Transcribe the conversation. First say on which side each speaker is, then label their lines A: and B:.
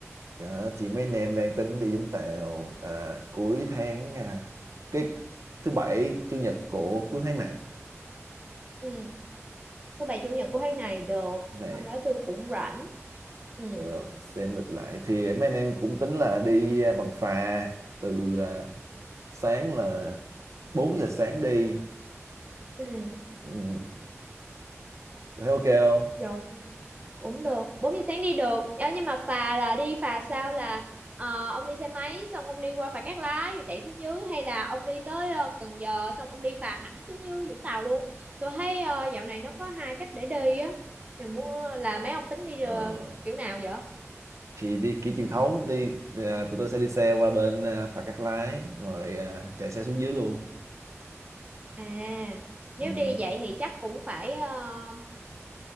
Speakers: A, on the right; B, on the right.
A: Dạ, chị mấy anh em đang tính đi Vũng Tàu à, cuối tháng à, cái thứ bảy chủ nhật của cuối tháng này.
B: ừ thứ bảy chủ nhật của tháng này được
A: Này.
B: hôm đó tôi cũng rảnh ừ
A: Ờ, xem lịch lại thì mấy anh em cũng tính là đi à, bằng phà từ à, sáng là 4 giờ sáng đi
B: ừ
A: ừ, thấy ok không
B: rồi cũng được 4 giờ sáng đi được Ờ, nhưng mà phà là đi phà sao là ờ, ông đi xe máy xong ông đi qua phà Cát Lái rồi chạy xuống dưới hay là ông đi tới ờ, Cần Giờ xong ông đi phà thẳng xuống dưới Vũng Tàu luôn tôi thấy ờ, dạo này nó có hai cách để đi á mình muốn ờ, là mấy ông tính đi ờ,
A: ờ,
B: kiểu nào vậy
A: thì đi kiểu truyền thống đi à, tụi tôi sẽ đi xe qua bên à, phà Cát Lái rồi à, chạy xe xuống dưới luôn
B: à nếu
A: ừ,
B: đi vậy thì chắc cũng phải uh,